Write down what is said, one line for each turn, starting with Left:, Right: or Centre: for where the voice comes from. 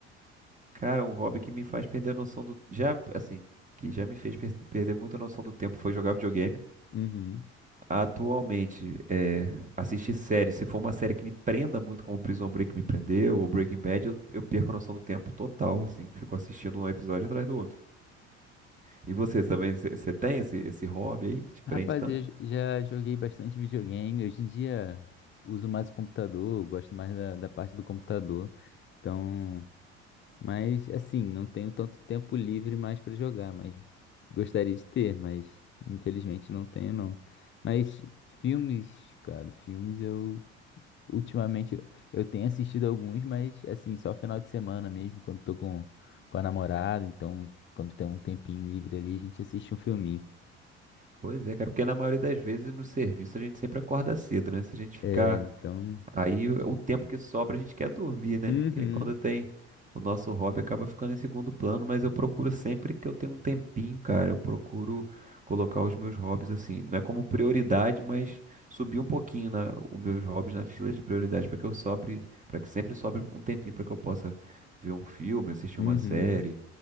Right: Cara, é um hobby que me faz perder a noção do. Já, assim, que já me fez per- perder muito a noção do tempo foi jogar videogame.
Left: Uhum.
Right: Atualmente, é, assistir série. Se for uma série que me prenda muito, como Prison Break me prendeu, ou Breaking Bad, eu, eu perco a noção do tempo total, assim. Fico assistindo um episódio atrás do outro. E você também, você tem esse, esse hobby aí que te prende
Left: Rapaz,
Right: tanto?
Left: eu j- já joguei bastante videogame. Hoje em dia uso mais o computador, gosto mais da, da parte do computador. Então. Mas assim, não tenho tanto tempo livre mais para jogar, mas gostaria de ter, mas infelizmente não tenho não. Mas filmes, cara, filmes eu ultimamente eu tenho assistido alguns, mas assim, só final de semana mesmo, quando tô com, com a namorada, então quando tem um tempinho livre ali, a gente assiste um filminho.
Right: Pois é, cara, porque na maioria das vezes no serviço a gente sempre acorda cedo, né? Se a gente ficar
Left: É, então,
Right: Aí o o tempo que sobra a gente quer dormir, né?
Left: uhum,
Right: E aí quando tem o nosso hobby acaba ficando em segundo plano, mas eu procuro sempre que eu tenho um tempinho, cara, eu procuro colocar os meus hobbies assim, não é como prioridade, mas subir um pouquinho na, os meus hobbies na fila de prioridade para que eu sobre, para que sempre sobre um tempinho para que eu possa ver um filme, assistir
Left: uhum,
Right: uma série,